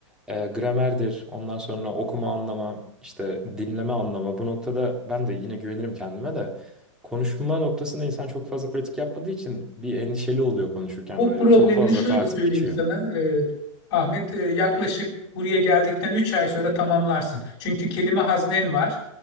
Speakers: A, in the centre; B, on the left (about 25°).
A: e, gramerdir, ondan sonra okuma anlama, işte dinleme anlama. Bu noktada ben de yine güvenirim kendime de. Konuşma noktasında insan çok fazla pratik yapmadığı için bir endişeli oluyor konuşurken
B: O
A: böyle.
B: problemini
A: bir Çok fazla
B: şöyle
A: tartıp
B: söyleyeyim
A: biçiyor.
B: sana e, Ahmet. E, yaklaşık buraya geldikten 3 ay sonra tamamlarsın. Çünkü kelime haznen var.